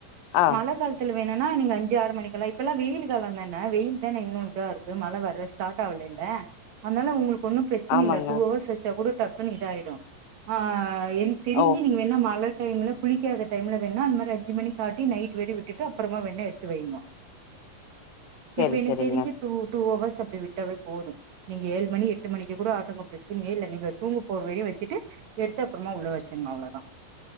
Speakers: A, on the left (about 85°); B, on the right (about 60°).
A: ஆ
B: மழ காலத்துல வேணும்னா நீங்க அஞ்சு ஆறு மணிக்கெலா இப்பெல்லா வெயிலு காலதானே வெயில் தானே இன்னூ இதா இருக்கு மழ வர ஸ்டார்ட் ஆவலல்ல அதனால உங்களுக் ஒன்றும் பிரச்சனை
A: ஆமாங்க
B: இல்ல டூ அவர்ஸ் வச்சா கூடப் டக்குன்னு இதாயிடு ஆ ஏ தெரிஞ்சி
A: ஓ
B: நீங்க வேன மழக் டைம்ல புளிக்காத டைம்ல வேணா அந்த மாதிரி அஞ்சு மணி காட்டி நைட் வெடி விட்டுட்டு அப்றமா வேணா எடுத்து வைங்கோ
A: செரி
B: இப்ப எனக்கு
A: செரிங்க
B: தெரிஞ்சு டூ டூ அவர்ஸ் அப்டி விட்டே போதும் நீங்க ஏழு மணி எட்டு மணிக்கு கூட ஆட்டங்கங்கோங் பிரச்சனையே இல்ல நீங்க தூங்க போறவரை வச்சுட்டு எடுத்து அப்றமா உள்ள வச்சிருக்க அவ்ளதா